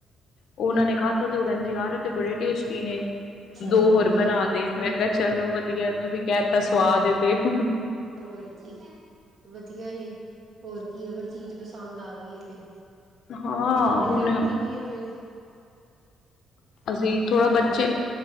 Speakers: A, on the left; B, on the right.
A: ਉਹਨਾਂ ਨੇ ਖਾਧਾ ਤੇ ਔ ਕਹਿੰਦੇ, ਯਾਰ ਤੇ ਬੜੇ ਟੇਸਟੀ ਨੇ,
B: ਚਲੋ
A: ਦੋ ਹੋਰ
B: ਵਧੀਆ
A: ਬਣਾ
B: ਹੈ
A: ਦੇ ਮੈਂ ਕਿਹਾ ਚਲੋ ਵਧੀਆ ਤੁਸੀਂ ਕਹਿ ਤਾ ਸਵਾਦ ਏ ਤੇ ਹੂੰ
B: ਹੋਰ ਕੀ, ਵਧੀਆ ਏ, ਹੋਰ ਕੀ ਅਗਰ ਚੀਜ਼ ਪਸੰਦ ਆ ਗਈ ਇਹ ਤੇ
A: ਹਾਂ
B: ਨਾਲੇ
A: ਹੁਣ
B: ਹੈਲਦੀ ਵੀ ਏ ਫਿਰ
A: ਅਸੀਂ ਥੋੜਾ
B: ਨਾਲ-ਨਾਲ
A: ਬੱਚੇ,